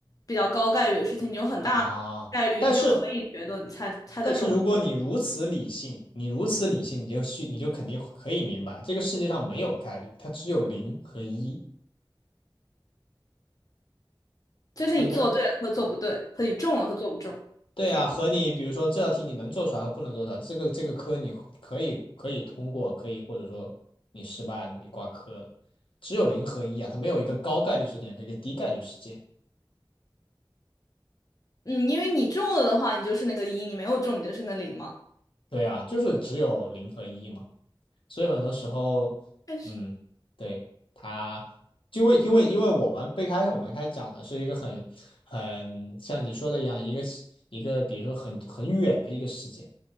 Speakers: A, on the left; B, on the left.
A: 比较高概率的事情，你有很大概率你就可以觉得你猜猜得中。
B: 啊，但是但是如果你如此理性，你如此理性，你就去你就肯定可以明白，这个世界上没有概率，它只有零和一，
A: 就是你做对了和做不对，
B: 它没有。
A: 和你中了和做不中，
B: 对啊，
A: 是吗？
B: 和你比如说这道题你能做出来和不能做出来，这个这个科你可以可以通过，可以或者说你失败了，你挂科了，只有零和一啊，它没有一个高概率事件和一个低概率事件。
A: 嗯，因为你中了的话，你就是那个一；你没有中，你就是那个零嘛。
B: 对啊，就是只有零和一嘛，所以很多时候，
A: 确实，
B: 嗯，对，它因为因为因为我们最开始我们开始讲的是一个很很像你说的一样，一个一个比如说很很远的一个事件。